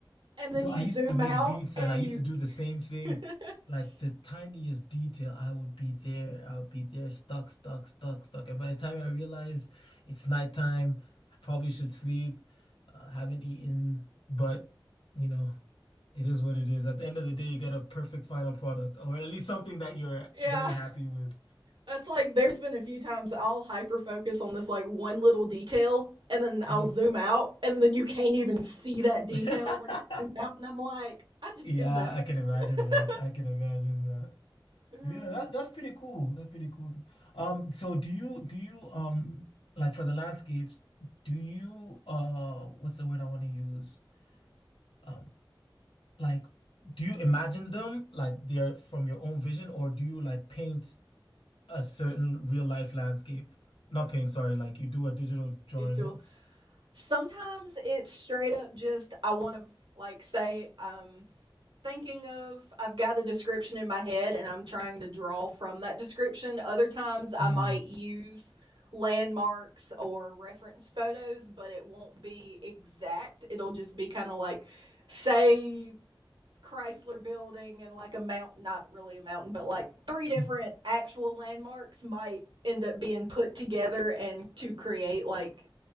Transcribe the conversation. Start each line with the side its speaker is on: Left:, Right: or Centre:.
Right: And then
Left: So
Right: you
Left: I used
Right: zoom
Left: to make
Right: out
Left: beats and
Right: and
Left: I used
Right: you,
Left: to do the same thing.
Right: <laughs>
Left: Like the tiniest detail, I would be there, I would be there, stuck, stuck, stuck, stuck. And by the time I realize it's nighttime, I probably should sleep, uh, haven't eaten, but you know, it is what it is. At the end of the day, you get a perfect final product, or at least something that you're
Right: yeah,
Left: very happy with.
Right: It's like there's been a few times I'll hyper focus on this like one little detail and then I'll
Left: Mhm.
Right: zoom out and then you can't even see that detail
Left: <laughs>
Right: when it's zoomed out and I'm like, I just
Left: Yeah,
Right: did that.
Left: I can imagine
Right: <laughs>
Left: that. I can imagine that.
Right: Uh,
Left: Yeah, that that's pretty cool. That's pretty cool. Um, so do you do you um like for the landscapes, do you uh what's the word I want to use? Um, like do you imagine them like they're from your own vision or do you like paint a certain real life landscape? Not paint, sorry, like you do a digital drawing
Right: Visual.
Left: of.
Right: Sometimes it's straight up just I want to like say um thinking of i've got a description in my head and i'm trying to draw from that description other times
Left: Mm.
Right: i might use landmarks or reference photos but it won't be exact it'll just be kind of like say chrysler building and like a mountain not really a mountain but like three
Left: <laughs>
Right: different actual landmarks might end up being put together and to create like